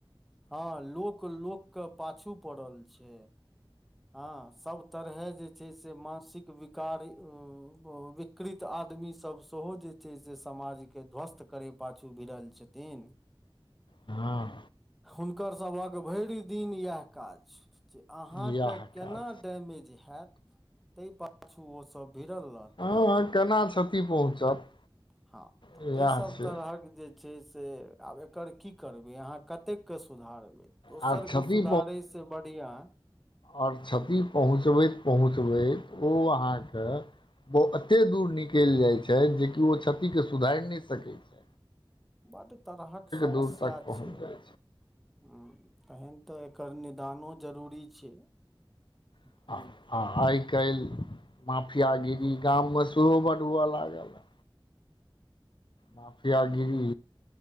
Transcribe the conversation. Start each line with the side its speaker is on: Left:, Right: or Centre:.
Centre: हँ लोक लोक के पाछू पड़ल छै हँ सभ तरहे जे छै से मानसिक विकार उ विकृत आदमीसभ सेहो जे छै से समाजके ध्वस्त करय पाछू भिड़ल छथिन
Left: हँ
Centre: हुनकरसभक भरि दिन इएह काज जे अहाँके
Left: इएह
Centre: केना
Left: काज
Centre: डैमेज हैत ताहि पाछू ओ सब भिड़ल रहत
Left: हँ हँ केना छ ती पहुँचत
Centre: हँ तऽ
Left: इएह
Centre: तै सब
Left: छै
Centre: तरहक जे जे छै से आब एकर की करबै अहाँ कतेकके सुधारबै दोसर
Left: आर क्षति
Centre: केँ सुधारे से बढ़िया
Left: और क्षति पहुँचबैत पहुँचबैत ओ अहाँकेँ ओ एते दूर निकैल जाइ छैथ जेकि ओ क्षति केँ सुधाइर नहि सकैत छैथ
Centre: बड तरहक समस्या
Left: दूर तक पहुँच
Centre: छै
Left: जाइ
Centre: <inaudible> तहेन तऽ एकर निदानो जरूरी छै
Left: छै
Centre: <inaudible>
Left: आ आइ काइल <inaudible> माफियागिरी गाम मऽ सेहो बढ़ हुअ लागल ह <inaudible> माफियागिरी